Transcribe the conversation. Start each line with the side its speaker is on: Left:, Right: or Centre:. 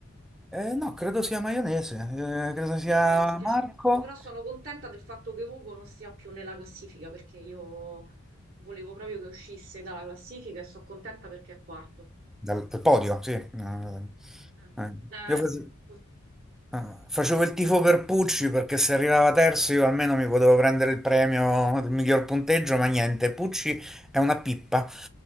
Centre: Eh, no, credo sia maionese, eh, credo
Right: E
Centre: sia
Right: questo mi dispiace
Centre: Marco.
Right: molto, però sono contenta del fatto che Ugo non sia più nella classifica, perché io volevo proprio che uscisse dalla classifica e sono contenta perché è quarto.
Centre: Dal, dal podio, sì. Eh,
Right: Eh,
Centre: eh,
Right: eh,
Centre: io face-
Right: scusa,
Centre: eh, facevo il tifo per Pucci perché se arrivava terzo io almeno mi potevo prendere il premio del miglior punteggio, ma niente, Pucci è una pippa.